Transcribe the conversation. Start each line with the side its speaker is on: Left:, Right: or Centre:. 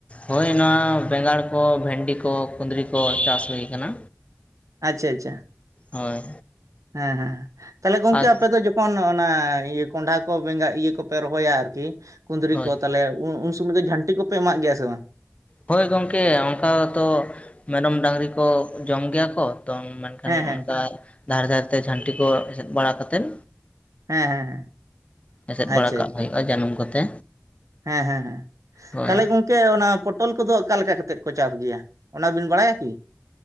Left: ᱦᱳᱭ ᱱᱚᱣᱟ ᱵᱮᱸᱜᱟᱲ ᱠᱚ ᱵᱷᱮᱱᱰᱤ ᱠᱚ ᱠᱩᱸᱫᱽᱨᱤ ᱠᱚ ᱪᱟᱥ ᱦᱩᱭ ᱟᱠᱟᱱᱟ᱾
Right: ᱟᱪᱪᱷᱟ ᱟᱪᱪᱷᱟ
Left: ᱦᱳᱭ
Right: ᱦᱮᱸ ᱦᱮᱸ ᱛᱟᱦᱚᱞᱮ ᱜᱚᱝᱠᱮ
Left: ᱟᱨ
Right: ᱟᱯᱮ ᱫᱚ ᱛᱚᱠᱷᱚᱱ ᱚᱱᱟ ᱤᱭᱟᱹ ᱠᱚᱸᱰᱷᱟ ᱠᱚ ᱵᱮᱸᱜᱟ ᱤᱭᱟᱹ ᱠᱚᱯᱮ ᱨᱚᱦᱚᱭᱟ ᱟᱨᱠᱤ ᱠᱩᱸᱫᱽᱨᱤ
Left: ᱦᱳᱭ
Right: ᱠᱚ ᱛᱟᱦᱚᱞᱮ ᱩᱱ ᱥᱚᱢᱚᱭ ᱫᱚ ᱡᱷᱟᱹᱱᱴᱤ ᱠᱚᱯᱮ ᱮᱢᱟᱜ ᱜᱮᱭᱟ ᱥᱮ ᱵᱟᱝ?
Left: ᱦᱚᱳᱭ ᱜᱚᱝᱠᱮ ᱚᱱᱠᱟ ᱛᱚ ᱢᱮᱨᱚᱢ ᱰᱟᱹᱝᱨᱤ ᱠᱚ ᱡᱚᱢ ᱜᱮᱭᱟ ᱠᱚ ᱛᱚ ᱢᱮᱱᱠᱷᱟᱱ
Right: ᱦᱮᱸ ᱦᱮᱸ
Left: ᱚᱱᱠᱟ ᱫᱷᱟᱨᱮ ᱫᱷᱟᱨᱮ ᱛᱮ ᱡᱷᱟᱹᱱᱴᱤ ᱠᱚ ᱮᱥᱮᱫ ᱵᱟᱲᱟ ᱠᱟᱛᱮᱫ
Right: ᱦᱮᱸ ᱦᱮᱸ ᱦᱮᱸ
Left: ᱮᱥᱮᱫ ᱵᱟᱲᱟ
Right: ᱟᱪᱪᱷᱟ
Left: ᱠᱟᱜ
Right: ᱟᱪᱪᱷᱟ
Left: ᱦᱩᱭᱩᱜᱼᱟ ᱡᱟᱹᱱᱩᱢ ᱠᱚᱛᱮ᱾
Right: ᱦᱮᱸ ᱦᱮᱸ ᱦᱮᱸ
Left: ᱦᱳᱭ
Right: ᱛᱟᱦᱚᱞᱮ ᱜᱚᱝ ᱠᱮ ᱚᱱᱟ ᱯᱚᱴᱚᱞ ᱠᱚᱫᱚ ᱚᱠᱟ ᱞᱮᱠᱟ ᱠᱟᱛᱮᱫ ᱠᱚ ᱪᱟᱥ ᱜᱮᱭᱟ ᱚᱱᱟᱵᱤᱱ ᱵᱟᱲᱟᱭᱟ ᱠᱤ?